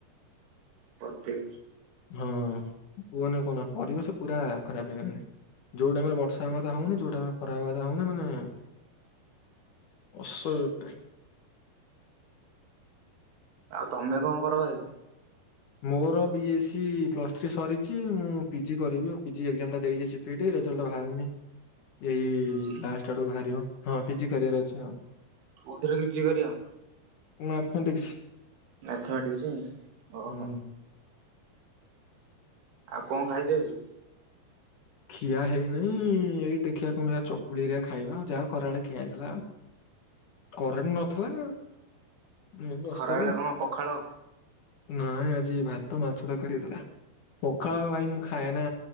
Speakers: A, on the right; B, on the left.
A: ବଧେ।
B: ହଁ କୁହନ କୁହନା ପରିବେଶ ପୁରା ଖରାପ ହେଇଗଲାଣି ଯୋଉ ଟାଇମ ରେ ବର୍ଷା ହବା ହଉନି ଯୋଉ ଟାଇମ ଖରା ହବା ହଉନି ମାନେ ଅସ ପା।
A: ଆଉ ତମେ କଣ କର ଭ
B: ମୋର ବି ଏସ୍ ସ ପ୍ଲସ୍ ଥ୍ରୀ ସରିଛି ମୁଁ ପିଜି କରିବି ଆ ପିଜି ଏକ୍ଜାମ ଟା ଦେଇଛି ସିପିଟି ରେଜଲ୍ଟ ବାହାରନି। ଏଇ
A: ପିଜି
B: ଲାଷ୍ଟ ଆଡୁ ବାହାରିବ। ହଁ ପିଜି କରିୟାର ଅଛି ହଁ।
A: ଅରେ ଜିକାର
B: ମ୍ୟାଥମେଟିକ୍ସ
A: ନାଥ କଛି ଓହୋ।
B: ହୁଁ।
A: ଆଉ କଣ ଖାଇଛ କି।
B: ଖିଆ ହେଇନହିଁ ଏଇଠି ଦେଖିବାକୁ ମିଆ ଚକୁଳି ହେରିଆ ଖାଇବା ଯାହା ଖରାଡେ ଖିଆ ହେଇଥିଲା ଆଉ କରେଣ୍ଟ ନଥିଲା। ଏଇ ବସିଥିଲୁ
A: ଖରାବେେଳେ କଣ ପଖାଳ?
B: ନାଇଁ ଆଜି ଭାତ ମାଛ ତ କରିଥିଲା। ପଖଳ ଭାଇ ମୁଁ ଖାଏ ନା